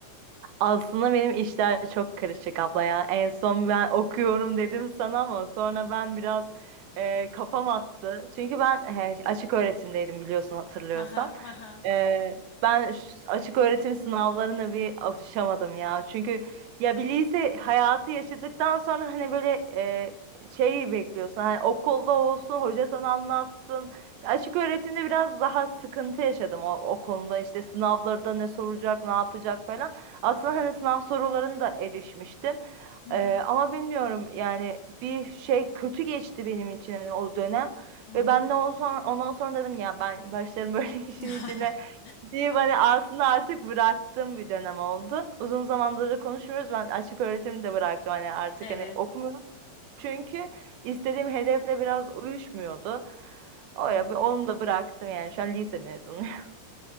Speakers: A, on the right; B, on the left.
A: Aslında benim işler çok karışık abla ya. En son ben okuyorum dedim sana ama sonra ben biraz e, kafam attı. Çünkü ben he, açık öğretimdeydim biliyorsun hatırlıyorsan.
B: Ha ha ha ha.
A: Ee, ben ş- açık öğretim sınavlarına bir alışamadım ya. Çünkü ya bir lise hayatı yaşadıktan sonra hani böyle e, şey bekliyorsun. Hani okulda olsun, hoca sana anlatsın. Açık öğretimde biraz daha sıkıntı yaşadım o, o konuda. İşte sınavlarda ne soracak, ne yapacak falan. Aslında hani sınav sorularını da erişmiştim.
B: Hı
A: Ee,
B: hı,
A: ama bilmiyorum yani bir şey kötü geçti benim için hani o dönem
B: hı hı.
A: ve ben de ondan sonra, ondan sonra dedim ya ben başlarım böyle <laughs> işin
B: <laughs>
A: içine deyip hani aslında artık bıraktığım bir dönem oldu. Uzun zamandır da konuşmuyoruz ben açık öğretimi de bıraktım hani artık
B: Evet.
A: hani okumuyorum çünkü istediğim hedefle biraz uyuşmuyordu. O
B: Hı
A: ya
B: hı.
A: onu da bıraktım yani şu an lise mezunuyum. <laughs>